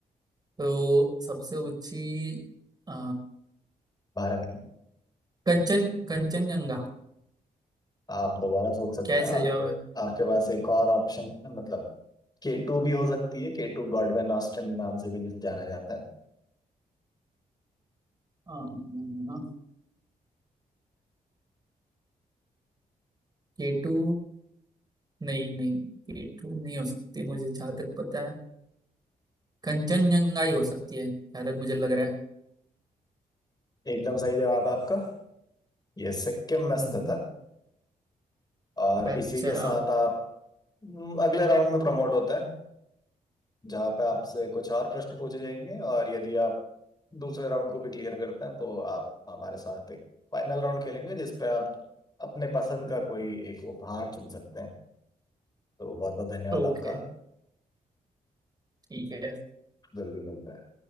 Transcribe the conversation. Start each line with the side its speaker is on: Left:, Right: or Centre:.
Right: तो सबसे ऊंची अ,
Left: भारत की
Right: कंचन कंचनजंगा
Left: आप दोबारा सोच सकते
Right: क्या है
Left: हैं
Right: सही
Left: आप
Right: जवाब है
Left: आपके पास एक और ऑप्शन है मतलब के टू भी हो सकती है के टू गॉडविन ऑस्टिन नाम से भी जिसे जाना जाता है
Right: अम्म, केटू नहीं नहीं केटू नहीं हो सकती मुझे जहाँ तक पता है कंचनजंगा ही हो सकती है जहाँ तक मुझे लग रहा है
Left: एकदम सही जवाब है आपका ये सिक्किम में
Right: हम्म
Left: स्थित है और
Right: अच्छा
Left: इसी के साथ आप हम्म, अगले राउंड में प्रमोट होते हैं जहाँ पे आपसे कुछ और प्रश्न पूछे जाएंगे और यदि आप दूसरे राउंड को भी क्लियर करते हैं तो आप हमारे साथ एक फाइनल राउंड खेलेंगे जिसपे आप अपने पसंद का कोई एक उपहार चुन सकते हैं तो बहुत बहुत धन्यवाद
Right: ओके
Left: आपका
Right: ठीक है
Left: जल्दी मिलता है